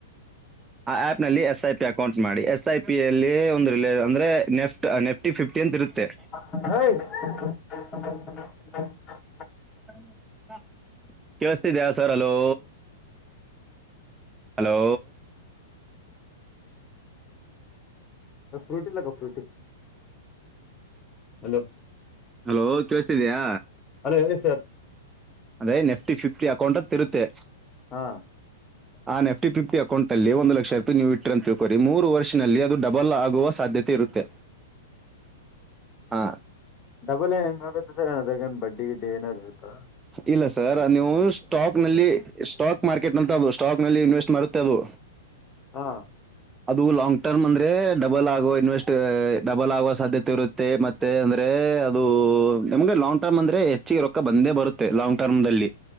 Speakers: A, on the right; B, on the left.
A: ಆ ಆ್ಯಪ್ ನಲ್ಲಿ ಎಸ್ ಐ ಪಿ ಅಕೌಂಟ್ ಮಾಡಿ ಎಸ್ ಐ ಪಿ ಯಲ್ಲಿ ಒಂದು ಅಂದ್ರೆ ನೆಫ್ಟ್ ನೆಫ್ಟ್ ಫಿಫ್ಟಿ ಅಂತ ಇರುತ್ತೆ
B: ಹ
A: ಹ ಹಾ ಕೇೇಳಸ್ತಿದಯ ಸರ್ ಹಲೋ ಹಲೋ
B: ಫ್ರೂಟಿಲ್ಲಕ್ಕಫ್ರೂಟಿ ಹಲೋ
A: ಹಲೋ ಕೇಳಸ್ತಿದಯಾ
B: ಹಲೋ ಹೇಳಿ ಸರ್
A: ಅಂದ್ರೇ ನೆಫ್ಟಿ ಫಿಫ್ಟಿ ಅಕೌಂಟ್ ಇರುತ್ತೆ
B: ಹಾ
A: ಆ ನಫ್ಟಿ ಫಿಫ್ಟಿ ಅಕೌಂಟ್ ಅಲ್ಲಿ ಒಂದು ಲಕ್ಷ ರೂಪಾಯಿ ನೀವು ಇಟ್ಟ್ರ ಅಂತ ತಿಳ್ಕೋರಿ ಮೂರು ವರ್ಷದಲ್ಲಿ ಅದು ಡಬಲ್ ಆಗುವ ಸಾಧ್ಯತೆ ಇರುತ್ತೆ ಹಾ
B: ಡಬಲ್ ಏನ್ ಹೆಂಗ ಆಗುತ್ತೆ ಸರ್ ಅದ್ರಾಗನ್ ಬಡ್ಡಿ ಏನಾದಾರರುತ್ತಾ
A: ಇಲ್ಲ ಸರ್ ನೀವು ಸ್ಟಾಕ್ ನಲ್ಲಿ ಸ್ಟಾಕ್ ಮಾರ್ಕೆಟ್ ಅಂತ ಅದು ಸ್ಟಾಕ್ ನಲ್ಲಿ ಇನ್ವೆಸ್ಟ್ ಮಾಡುತ್ತೆ ಅದು
B: ಹಾ
A: ದು ಲಾಂಗ್ ಟರ್ಮ್ ಅಂದ್ರೆ ಡಬಲ್ ಆಗುವ ಇನ್ವೆಸ್ಟ್ ಡಬಲ್ ಆಗುವ ಸಾಧ್ಯತೆ ಇರುತ್ತೆ ಮೆ ಮತ್ತೆ ಅಂದ್ರೆ ಅದು ನಮ್ಗೆ ಲಾಂಗ್ ಟರ್ಮ್ ಅಂದ್ರೆ ಹೆಚ್ಚಿಗೆ ರೊಕ್ಕ ಬಂದೇ ಬರುತ್ತೆ ಲಾಂಗ್ ಟರ್ಮ್ ಅಲ್ಲಿ